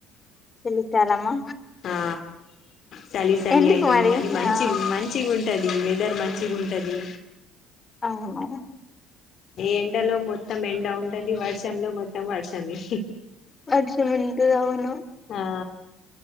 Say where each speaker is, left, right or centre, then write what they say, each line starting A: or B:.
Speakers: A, on the left; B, on the left.
A: చలికాలమా
B: ఆ చలి చలి
A: ఎందుకు
B: అయితది
A: మరి
B: కానీ మంచి
A: ఆ
B: మంచిగా ఉంటది వెదర్ మంచిగా ఉంటది
A: అవును
B: ఎండలో మొత్తం ఎండ ఉంటది వర్షంలో మొత్తం వర్షమే
A: వర్షం ఉంటది అవును
B: ఆ